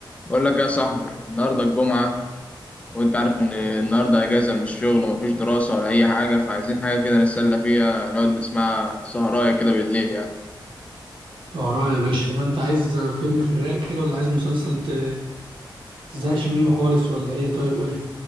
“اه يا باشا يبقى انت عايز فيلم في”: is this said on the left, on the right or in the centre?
Right